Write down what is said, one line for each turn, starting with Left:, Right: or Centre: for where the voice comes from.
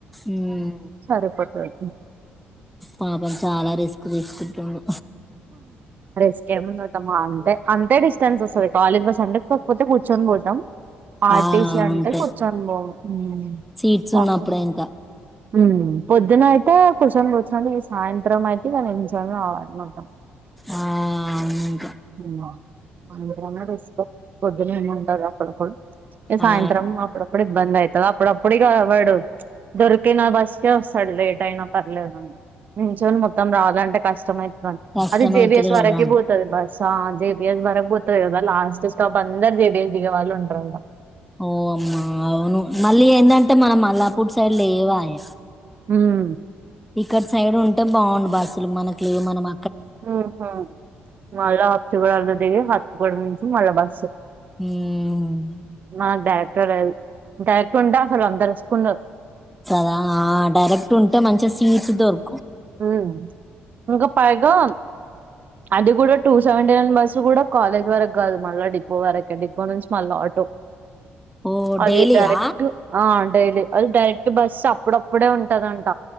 Centre: ఉమ్
Right: సరిపోతది.
Centre: పాపం చాలా రిస్క్ తీసుకుంటుండు
Right: రేస్కే ముంది అత్తమ్మ అంతే అంతే డిస్టెన్స్ వస్తది కాలేజ్ బస్ అంటే కాకపోతే కూర్చొని పోతాం ఆర్టీసి
Centre: ఆ
Right: అంటే
Centre: అంతే
Right: కొంచెం ఉమ్
Centre: సీట్స్ ఉన్నప్పుడే
Right: <inaudible>
Centre: ఇంకా
Right: ఉమ్ పొద్దున ఐతే కుస్సోన్ గుచ్చోని ఈ సాయంత్రమైతె ఇగ నిజ్జంగా. <unintelligible>
Centre: ఆ అవును ఇంకా
Right: ఉమ్ అంతన రిస్కే పొద్దున ఏముండదు అప్పుడప్పుడు ఇగ సాయంత్రం
Centre: ఆ
Right: అప్పుడప్పుడు ఇబ్బంది అయ్ అప్పుడప్పుడు ఇగ వాడు దొరికిన బస్కే వస్తాడు లేట్ అయినా పర్లేదని నించొని మొత్తం రాలంటే కష్టమవుతది
Centre: కష్టమైతది
Right: అది జేబిఎస్ వరకే
Centre: కదా
Right: పోతది బస్ ఆ జేపిఎస్ వరకి పోతది కదా లాస్ట్ స్టాప్ అందరు జేపీఎస్ దిగే వాళ్ళు ఉంటరు ఇంక
Centre: ఓ అమ్మా అవును మళ్ళీ ఏందంటే మనం మల్లా పు సలేేవాయే
Right: ఉమ్
Centre: ఇక్కడ సైడుంటె బావుండు బస్సులు మనక్లేవ్ మనమ.
Right: ఊహు మళ్ళా హచ్చ్ గూడల్లొ దిగి హచ్చ్ గోడ మించి మళ్ళ బస్సు
Centre: ఉమ్,
Right: మా డా. <unintelligible> డైరెక్టుంటె అసలంత రిస్కుండదు.
Centre: కదా డైరెక్టుంటె మంచెస్ ఈచ్చ్ దొర్.
Right: ఉమ్ ఇంగ పైగా. అది గూడా టూ సెవెంటీ నైన్ బస్సు గూడా కాలేజ్ వరక్ గాదు మళ్ళా డిపో వరకే డిపో నుంచి మళ్ళా ఆటో.
Centre: ఓ
Right: అది
Centre: డైలీయా
Right: డైరెక్ట్ ఆ డైలీ అది డైరె. అంటె బస్సాప్. ప్పుడప్పుడే ఉంటదంట